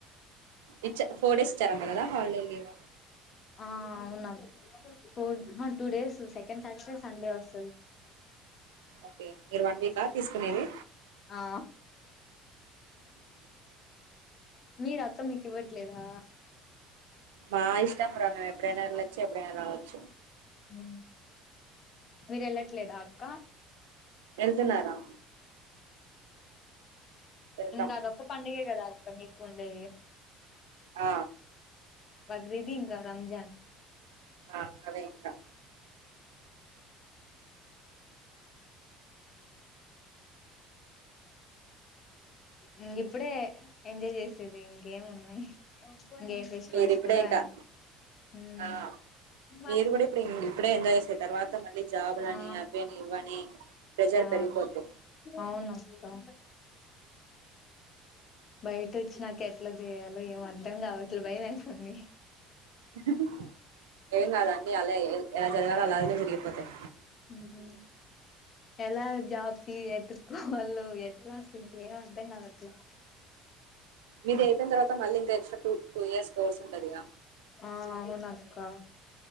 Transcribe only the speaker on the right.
ఇచ్చ ఫోర్ డేస్ ఇచ్చారంట కదా హాలిడే లీవ్
ఓకే మీరు వన్ వీకా తీసుకునేది
మా ఇష్టం రా మేము ఎప్పుడైనా వెళ్ళచ్చు ఎప్పుడైన రావచ్చు
వెళ్తున్నారా వెళ్తాం
ఆ
ఆ అదే ఇంకా
మీరిప్పుడే
ఇంకా
ఆ మీరు కూడా ఇప్పుడు ఇప్పుడే ఎంజాయ్ చేసే తర్వాత మళ్ళీ జాబులని
అవ్వని ఇవ్వని ప్రెజర్
పెరిగిపోద్ది
హు హు ఏం కాదండీ అలా ఎలా జరగాలో అలాగ జరిగిపోతాయి.
ఇది అయిన తర్వాత మళ్ళ ఇంకా extra two two years course ఉంటది ఇక.